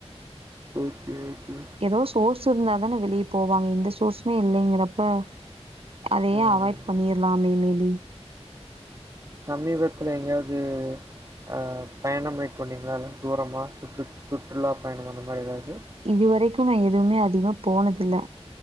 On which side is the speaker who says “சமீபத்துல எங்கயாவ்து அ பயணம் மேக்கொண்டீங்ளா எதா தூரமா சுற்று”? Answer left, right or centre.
Right